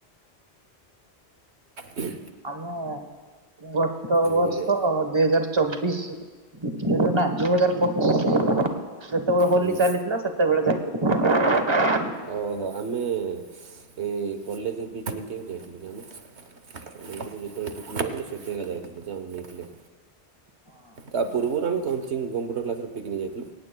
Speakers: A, on the right (about 85°); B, on the right (about 25°).
A: ହୁଁ।
B: ଆମ ଗତ ବର୍ଷ
A: ନହେଲେ
B: ଦୁଇ ହଜାର। ଚବିଶ ନା ଦୁଇ ହଜାର ପଚିଶ ଯେତେବେଳେ ହୋଲି
A: ହୁଁ।
B: ଚାଲିଥିଲା ସେ। ସେତବେଳେ ଯାଇଥିଲି।
A: ଓହୋ ଆମେ ଏଇ କଲେଜ ପିକ୍ନିକ୍କୁ ରେ ଯାଇଥିଲୁ କିମେ। ନେଇଥିଲି ଯେତେବେଳେ ଟୁକୁ ଯାଇଥିଲେ ସେବେ ଜାଗା ଯାଇଥିଲଥିଲେ ଯା ନେଇଥିଲେ।
B: ହଁ
A: ତା ପୂର୍ବରୁ ଆମେ କୋମ୍ପୁଟର କ୍ଲାସ ରେ ଯାଇଥିଲୁ।